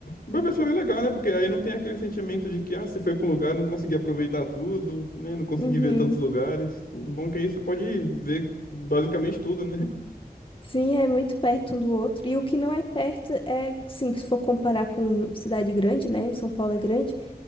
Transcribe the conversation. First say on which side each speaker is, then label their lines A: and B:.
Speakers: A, on the left (about 65°); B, on the left (about 30°).
A: vai ser bem legal, né? Porque aí não tem aquele sentimento de que, ah, você foi pra um lugar, não consegui aproveitar tudo, né? Não consegui
B: Uhum.
A: ver tantos lugares. Bom é que aí você pode ver basicamente tudo, né? <laughs>
B: Sim, é muito perto um do outro. E o que não é perto é, sim, se for comparar com cidade grande, né? São Paulo é grande,